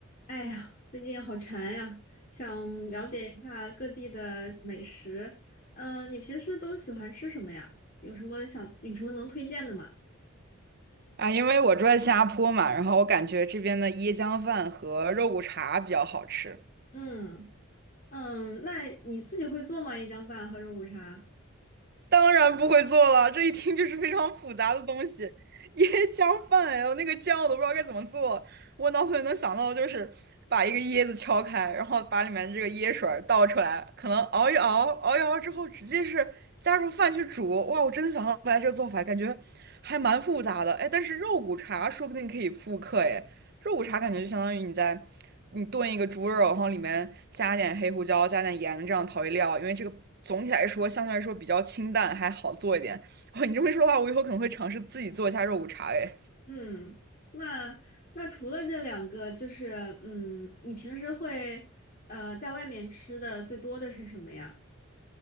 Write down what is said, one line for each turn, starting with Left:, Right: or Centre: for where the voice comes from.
Left: 哎呀，最近好馋呀，想了解一下各地的美食。嗯、你平时都喜欢吃什么呀？有什么想，有什么能推荐的吗？
Right: 啊，因为我住在新加坡嘛，然后我感觉这边的椰浆饭和肉骨茶比较好吃。
Left: 嗯嗯，那你自己会做吗？椰浆饭和肉骨茶？
Right: 当然不会做了，这一听就是非常复杂的东西。椰浆饭，哎呦，那个酱我都不知道该怎么做。我脑子里能想到的就是把一个椰子敲开，然后把里面这个椰水儿倒出来，可能熬一熬，熬一熬之后直接是加入饭去煮。哇，我真的想象不来这个做法，感觉还蛮复杂的。哎，但是肉骨茶说不定可以复刻，哎。肉骨茶感觉就相当于你在你炖一个猪肉，然后里面加点黑胡椒、加点盐这样调味料，因为这个总体来说相对来说比较清淡，还好做一点。哦，你这么一说的话，我以后可能会尝试自己做一下肉骨茶。哎，
Left: 嗯，那那除了这两个，就是嗯，你平时会呃在外面吃的最多的是什么呀？